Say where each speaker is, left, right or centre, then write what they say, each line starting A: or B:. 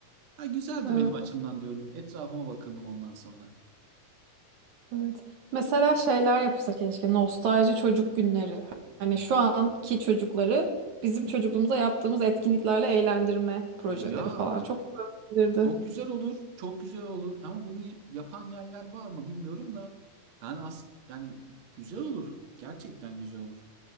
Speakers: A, on the right (about 45°); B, on the right (about 65°).
A: Ha güzeldi
B: Evet,
A: benim açımdan diyorum. Etrafıma bakındım ondan sonra.
B: evet. Mesela şeyler yapılsa keşke nostalji çocuk günleri hani şu anki çocukları bizim çocukluğumuza yaptığımız etkinliklerle eğlendirme projeleri
A: Ya
B: falan çok güzel olabilirdi.
A: çok güzel olur, çok güzel olur. Ama bunu y- yapan yerler var mı bilmiyorum da. Yani as yani güzel olur. Gerçekten güzel olur.